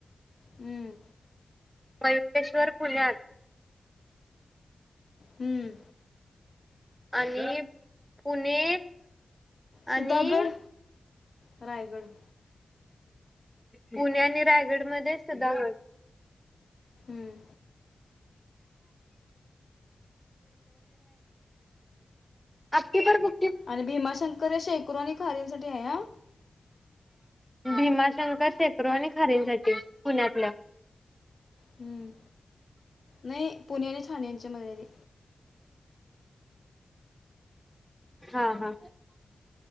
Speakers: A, on the left; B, in the centre.
A: हम्म
B: वयुकेश्वर पुुण्यात
A: हम्म
B: आणि पुणे
A: सुधागड
B: आणि
A: रायगड
B: पुणे आणि रायगड मध्ये सुधागड
A: हमंम
B: आपकी प ब
A: आणि भीमाशंकर हे शेकू आणि खारींसाठी आहे या
B: भीमाशंकर शेकडो आणि खारींसाठी पुण्यातल्या
A: हम्म नाही पुणे आली ठछाणीचे मजरी
B: हा हा